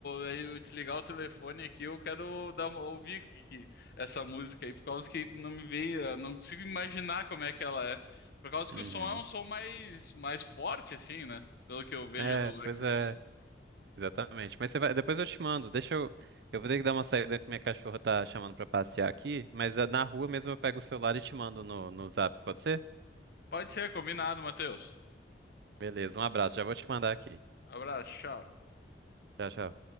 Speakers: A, on the left (about 55°); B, on the right (about 60°).
A: eu desligar o telefone aqui, eu quero dar uma- ouvir que- que- essa música aí, por causa que não me veio, eu não consigo imaginar como é que ela é. Por causa que
B: Uhum.
A: o som é um som mais, mais forte, assim, né? Pelo que eu vejo
B: É,
A: do
B: pois
A: X-Men.
B: é. Exatamente. Mas você vai, depois eu te mando. Deixa eu. Eu vou ter que dar uma saída que minha cachorra tá chamando pra passear aqui, mas ah, na rua mesmo eu pego o celular e te mando no, no Zap, pode ser?
A: Pode ser, combinado, Matheus.
B: Beleza, um abraço. Já vou te mandar aqui.
A: Abraço, tchau.
B: Tchau, tchau.